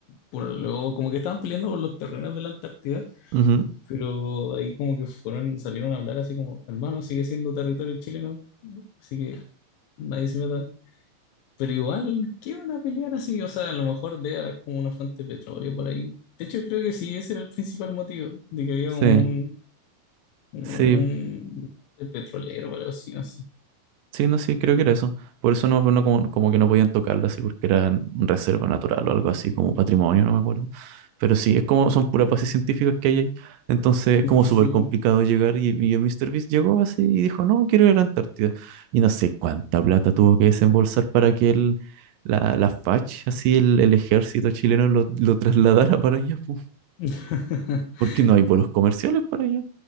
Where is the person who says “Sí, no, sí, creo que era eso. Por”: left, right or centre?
Right